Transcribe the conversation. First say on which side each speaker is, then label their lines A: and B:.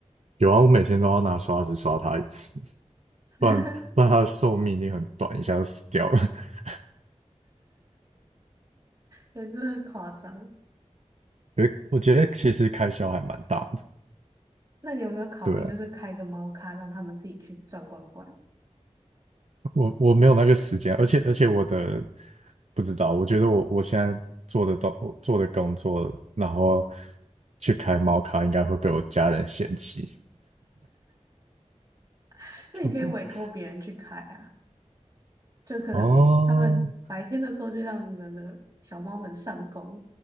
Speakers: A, on the right; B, on the right.
A: 有啊，我每天都要拿刷子刷它一次，
B: <laughs>
A: 不然不然它的寿命一定很短，一下就死掉了。<laughs>
B: 也是很夸张。
A: 我我觉得其实开销还蛮大的。
B: 那你有没有考虑就是开个猫咖，
A: 对啊，
B: 让他们自己去转罐罐？
A: 我我没有那个时间，而且而且我的不知道，我觉得我我现在做的东我做的工作，然后去开猫咖，应该会被我家人嫌弃。
B: <laughs> 那你可以委托别人去开啊。
A: <laughs>
B: 就可能他们白天的时候就让你们的小猫们上工，
A: 哦，